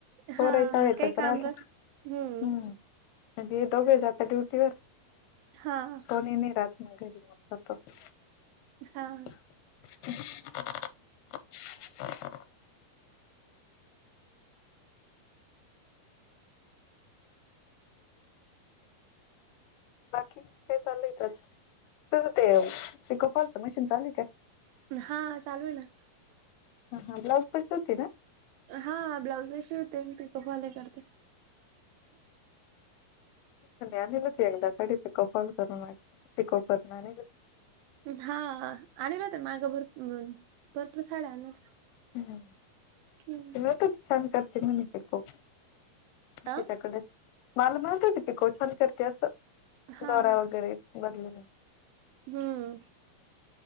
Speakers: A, on the right; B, on the left.
A: हां,
B: पोरंही शाळेतच
A: मग काही काम
B: राहता
A: राह
B: हम्म
A: हं.
B: अन हे दोघेई जाता ड्युटीवर.
A: हा.
B: कोणी नाय राहत मग घरी तसच
A: हा.
B: <inaudible> बाकी काय चाललंय? तुझं ते पिको फॉलचं मशीन चालूये काय?
A: हा चालूये ना.
B: हा ब्लॉऊज पण शिवते का?
A: हा ब्लाउज हि शिवते अन पिको फॉलही करते.
B: अनिलत एकदा पिको फॉल करून वाटत पिको करणारे.
A: हा आणेल होत्या मागं भरपुर भरपूर साड्या आणल्या होत्या.
B: हम्म
A: हं.
B: म्हणत होती छान करते म्हणे पिको.
A: अ?
B: तिच्याकडे माल म्हणत ती पिको छान करते असं.
A: हा
B: दोरा
A: हा
B: वगैरे बदलून
A: हम्म.